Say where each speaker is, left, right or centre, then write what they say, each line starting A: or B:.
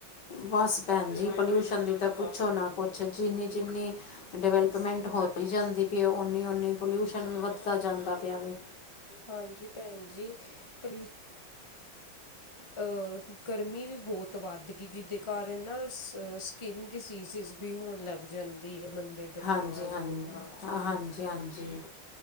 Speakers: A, on the left; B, on the left.
A: ਬਸ ਭੈਣ ਜੀ ਪੋਲਿਊਸ਼ਨ ਦੀ ਤਾਂ, ਪੁੱਛੋ ਨਾ ਕੁਛ ਜਿੰਨੀ ਜਿੰਨੀ। ਡਿਵੈਲਪਮੈਂਟ ਹੋ ਵੀ ਜਾਂਦੀ ਪਈ ਆ, ਓਨੀ-ਓਨੀ ਪੋਲਿਊਸ਼ਨ ਵੀ ਵੱਧਦਾ ਜਾਂਦਾ ਪਿਆ ਵਾ।
B: ਹਾਂਜੀ ਭੈਣ ਜੀ, ਪੋਲਿਊਸਨ। ਅਹ ਗਰਮੀ ਵੀ ਬਹੁਤ ਵੱਧ ਗਈ ਜਿਹਦੇ ਕਾਰਨ ਨਾ। ਸਕਿਨ ਡਿਸੀਜ਼ਿਸ ਵੀ ਹੋਣ ਲੱਗ ਜਾਂਦੀ ਹੈ। ਬੱਚਿਆਂ
A: ਹਾਂਜੀ
B: ਨੂੰ
A: ਹਾਂ
B: ਜਾਂ ਅੱਜ ਕੱਲ੍ਹ
A: ਹਾਂਜੀ ਹਾਂਜੀ